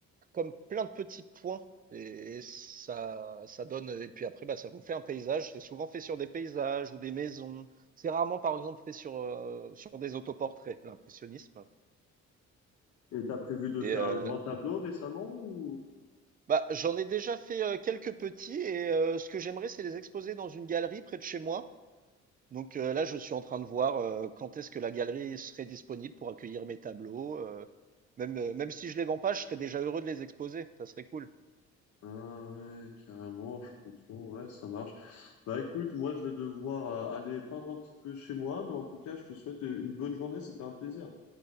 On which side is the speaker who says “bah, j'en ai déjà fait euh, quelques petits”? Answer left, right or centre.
Right